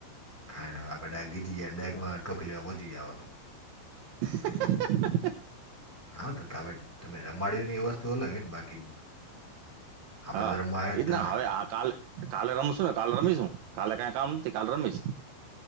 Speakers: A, in the centre; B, on the right (about 75°).
A: ખા આપણે ડ ગી જાય ડ ટોપી લેવા પહોંચી જવાનું.
B: હ હ હ હ!
A: હા, તો તમે તમે રમાડ્યુંને એ વસ્તુ અલગ હો ને બાકી આપણે
B: હા
A: તો રમવા આયા
B: એ જ
A: તા
B: ના
A: ને
B: હવે આ કાલે કાલે રમશું ને કાલે રમીશું કાલે કાઈ કામ નથી કાલે રમીશ